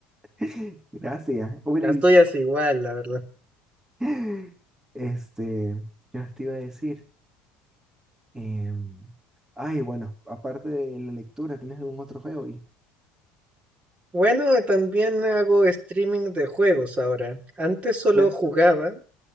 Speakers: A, on the right; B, on the right.
A: <laughs> Gracias. Bueno,
B: Las
A: y
B: tuyas igual, la verdad.
A: <laughs> este, ¿qué más te iba a decir? Em, ay, bueno, aparte de la lectura, ¿tienes algún otro juego?
B: Bueno, también hago streaming de juegos ahora. Antes solo
A: Fue
B: jugaba,